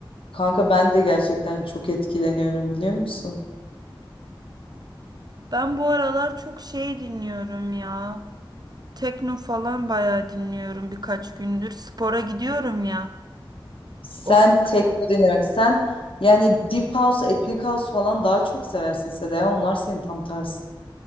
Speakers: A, on the left; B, on the right.
A: kanka ben de gerçekten çok etkileniyorum biliyor musun?
B: Ben bu aralar çok şey dinliyorum ya. Tekno falan bayağı dinliyorum birkaç gündür. Spora gidiyorum ya.
A: Sen
B: O
A: tekno dinlemek sen yani Deep House, Ethnic House falan daha çok seversin Seda. Onlar senin tam tersi.